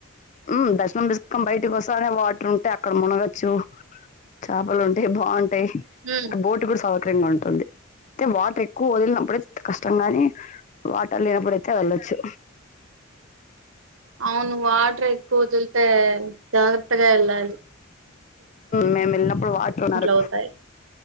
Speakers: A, on the left; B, on the right.
A: ఊ దర్శనం చేసుకొని బయట ఇటి వస్తానే వాటర్ ఉంటేయి అక్కడ మునగచ్చు చేపలు ఉంటాయి బాగుంటా టే
B: ఉమ్
A: ఇక బోట్ కూడా సౌ కరంగా ఉంటుంది అయితే వాటర్ ఎక్కువ వదిలినప్పుడే కష్టంగా ని వాటర్ లేనప్పుడయితే యల్లొచ్చు
B: అవును వాటర్ ఎక్కువ వదిలితే జాగ్రత్తగా ఎళ్ళాలి
A: మేము వెళ్ళినప్పుడు వాటర్ ఉన్నారు
B: అవుతాయి